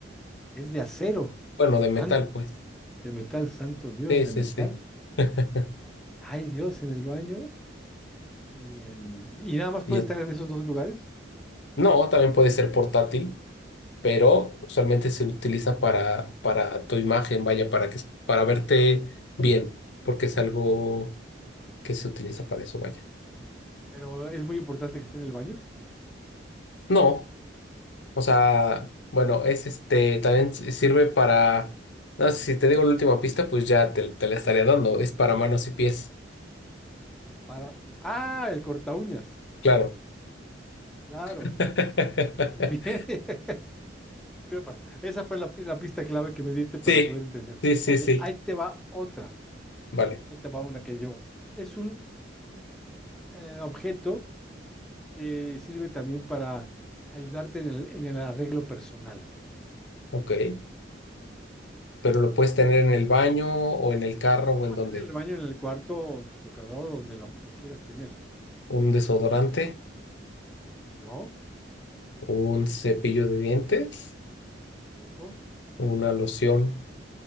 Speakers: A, in the centre; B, on the left (about 70°).
A: ¿Es de acero?
B: Bueno, de metal,
A: san-
B: pues.
A: de metal, santo Dios,
B: Sí,
A: de
B: sí,
A: metal.
B: sí. <laughs>
A: Hay Dios en el baño y en... Y nada más puede
B: Y en-
A: estar en esos dos lugares,
B: no, también puede ser portátil, pero usualmente se utiliza para, para tu imagen, vaya, para que, para verte bien, porque es algo que se utiliza para eso, vaya.
A: pero es muy importante que esté en el baño
B: No. O sea, bueno, es este, también s- sirve para, no sé, si te digo la última pista, pues ya te, te la estaría dando, es para manos y pies,
A: para... Ah, el corta uñas.
B: claro.
A: Claro.
B: <laughs>
A: Ok, Muy bien. <laughs> Sirve para- Esa fue la, pi- la pista clave que me diste para
B: Sí,
A: poder entender.
B: sí, sí,
A: Ok,
B: sí,
A: ahí te va otra.
B: vale,
A: Ahí te va una que yo. Es un eh, objeto que sirve también para ayudarte en el, en el arreglo personal.
B: ok. Pero lo puedes tener en el baño o en el carro o
A: Lo puedes
B: en donde.
A: tener en el baño, en el cuarto, o en tu tocador, donde lo, lo quieras tener.
B: Un desodorante,
A: No,
B: un cepillo de dientes,
A: tampoco.
B: una loción,